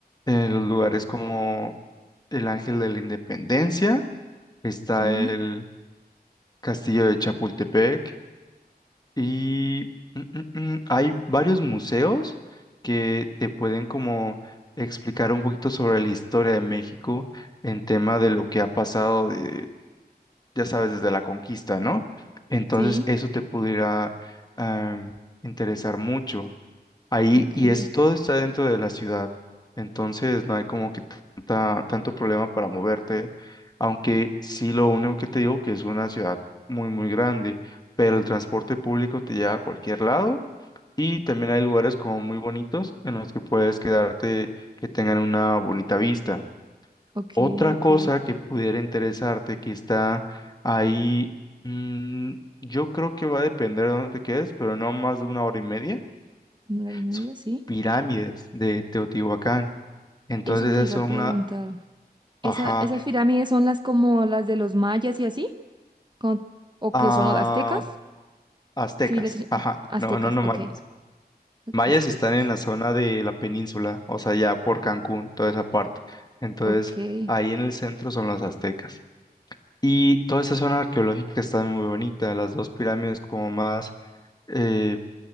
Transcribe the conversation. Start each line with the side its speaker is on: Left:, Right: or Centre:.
Left: eh, los lugares como el Ángel de la Independencia, está
Right: Sí,
Left: el Castillo de Chapultepec, y mm, mm, mm, hay varios museos que te pueden como explicar un poquito sobre la historia de México en tema de lo que ha pasado, de- ya sabes, desde la conquista, ¿no? Entonces
Right: sí,
Left: eso te pudiera am, interesar mucho. Ahí,
Right: ok.
Left: y es, todo está dentro de la ciudad, entonces no hay como que tanta, tanto problema para moverte, aunque sí lo único que te digo que es una ciudad muy, muy grande, pero el transporte público te lleva a cualquier lado y también hay lugares como muy bonitos en los que puedes quedarte que tengan una bonita vista.
Right: Ok,
Left: Otra
Right: ok,
Left: cosa
Right: ok.
Left: que pudiera interesarte que está ahí, mm, yo creo que va a depender de dónde te quedes, pero no más de una hora y media
Right: Una hora y media,
Left: sus
Right: sí.
Left: pirámides de Teotihuacán. Entonces
Right: Eso te
Left: esas
Right: iba
Left: son
Right: a preguntar.
Left: una, ajá,
Right: ¿Esa, esas pirámides son las como las de los mayas y así? Con- ¿O
Left: ah,
Right: que son los aztecas?
Left: aztecas,
Right: Civiles eh,
Left: ajá,
Right: aztecas,
Left: no, no, no
Right: ok.
Left: mayas. Mayas
Right: Aztecas,
Left: están en la zona de la península, o sea, ya por Cancún, toda esa parte. Entonces
Right: ok.
Left: ahí en el centro son los aztecas. Y toda esa zona arqueológica está muy bonita. Las dos pirámides como más, eh,